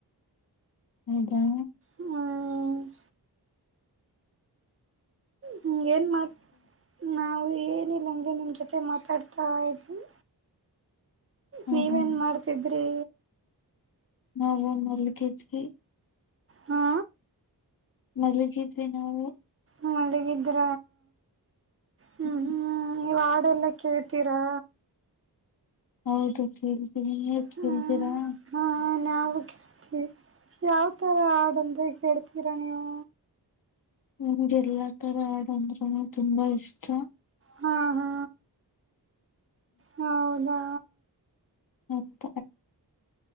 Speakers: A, on the left (about 55°); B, on the right (about 35°).
A: ಹೌದಾ
B: ಹ್ಮ್ ಹ್ಮ ಏನ್ ಮಾತ್ ನಾವ ಏನಿಲ್ಲಂಗೆ ನಿಮ್ಮ ಜೊತೆ ಮಾತಾಡ್ತಾ ಇದ
A: ಹ್ಮ್
B: ನೀವೇನ್ ಮಾಡ್ತಿದ್ರಿ.
A: ನಾವು ಮಲಗಿದ್ವಿ.
B: ಹ್ಞಾ.
A: ಮಲಗಿದ್ವಿ ನಾವು
B: ಮಲಗಿದ್ರ ಹ್ಮ
A: ಹ್ಮ್
B: ಹ್ಮ ಇವಾ ಲ್ಲಾ ಕೇಳ್ತೀರಾ.
A: ಹೌದು ಕೇಳ್ತೀವಿ ನೀವ್ ಕೇಳ್ತೀರಾ.
B: ಹ್ಮ್ ಹಾ ನಾವು ಕೇಳ್ತಿವಿ ಯಾವ ತರ ಹಾಡಂದ್ರೆ ಕೇಳ್ತೀರಾ ನೀವು
A: ನಮ್ಗ ಎಲ್ಲಾ ತರ ಆಡಂದ್ರನೂ ತುಂಬಾ ಇಷ್ಟ.
B: ಹಾ ಹಾ ಹೌದಾ
A: ಹ್ಮ.